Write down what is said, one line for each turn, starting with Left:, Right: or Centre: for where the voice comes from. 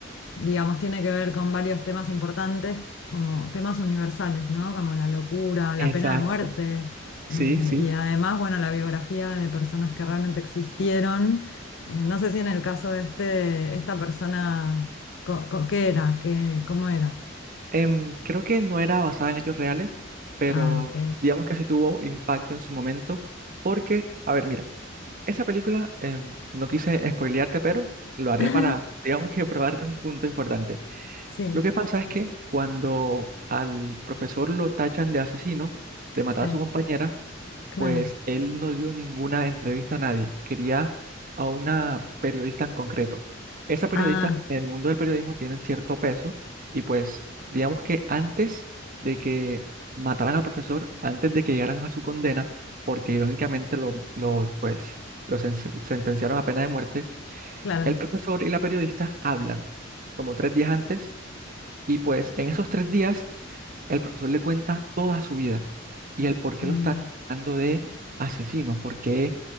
Left: digamos, tiene que ver con varios temas importantes, como temas universales, ¿no? Como la locura, la
Right: exacto,
Left: pena de muerte,
Right: sí,
Left: eh,
Right: sí.
Left: y además, bueno, la biografía de personas que realmente existieron. Eh, no sé si en el caso de este, esta persona, co- co- ¿qué era? ¿Qué, cómo era?
Right: Em, creo que no era basada en hechos reales, pero
Left: Ah, ok.
Right: digamos que sí tuvo impacto en su momento, porque, a ver, mira, esa película, em, no quise spoilearte, pero lo haré
Left: <laughs>
Right: para, digamos que <laughs> probar un punto importante.
Left: Sí,
Right: Lo que pasa es que cuando al profesor lo tachan de asesino, de matar
Left: sí,
Right: a su compañera,
Left: claro.
Right: Pues él no dio ninguna entrevista a nadie, quería a una periodista en concreto. Esa periodista
Left: Ah,
Right: en el mundo del periodismo tienen cierto peso y pues digamos que antes de que mataran al profesor, antes de que llegaran a su condena, porque irónicamente lo, lo, pues, lo sen- sentenciaron a pena de muerte,
Left: claro.
Right: el profesor y la periodista hablan como tres días antes y pues en esos tres días el profesor le cuenta toda su vida y el por qué
Left: Mm,
Right: lo está tratando de asesino, porque